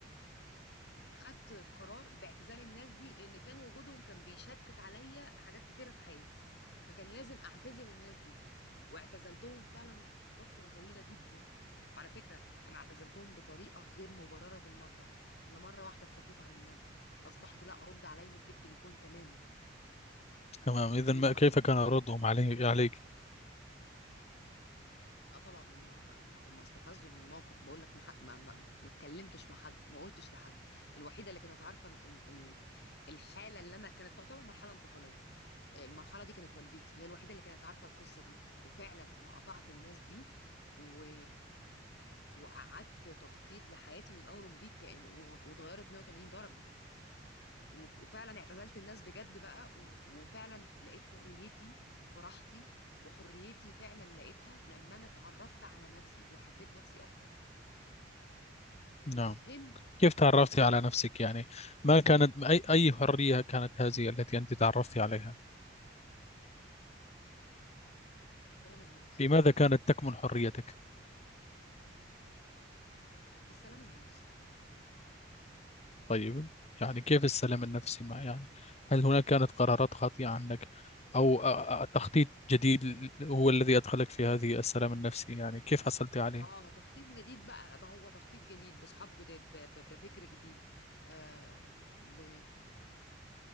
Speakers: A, on the left (about 60°); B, on the left (about 35°).
A: خدت قرار باعتزال الناس دي لان كان وجودهم كان بيشتت عليا حاجات كتيره في حياتي فكان لازم اعتزل الناس دي واعتزلتهم فعلا فتره طويله جدا وعلى فكره انا اعتزلتهم بطريقه غير مبرره بالمره انا مره واحده اختفيت عن الناس دي اصبحت لا ارد عليهم في التليفون تماما
B: تمام إذا
A: ومحدش
B: ما كيف كان ردهم عليه عليك
A: لا طبعا هم هم هم استفزوا من الموقف بقول لك ما ح- ما ما ما اتكلمتش مع حد ما قلتش لحد الوحيده اللي كانت عارفه ال- ال- ال- الحاله اللي انا كانت تعتبر مرحله انتقاليه المرحله دي كانت والدتي هي الوحيده اللي كانت عارفه القصه دي وفعلا انا قطعت الناس دي و... وقعدت تخطيط لحياتي من اول وجديد كأن و- واتغيرت 180 درجه و... وفعلا اعتزلت الناس بجد بقى و... وفعلا لقيت حريتي في راحتي وحريتي فعلا لقيتها لما انا اتعرفت على نفسي وحبيت نفسي اكتر وفهمت
B: نعم كيف تعرفتي على نفسك يعني ما كانت أي أي حرية كانت هذه التي أنت تعرفتي عليها
A: السلام النفسي
B: في ماذا كانت تكمن حريتك
A: السلام النفسي
B: طيب يعني كيف السلام النفسي ما يعني هل هناك كانت قرارات خاطئة عنك أو آه، آه، تخطيط جديد ل- هو الذي أدخلك في هذه السلام النفسي يعني كيف حصلت عليه
A: اه تخطيط جديد بقى ما هو تخطيط جديد باصحاب جداد ب- ب- بفكر جديد آه ب...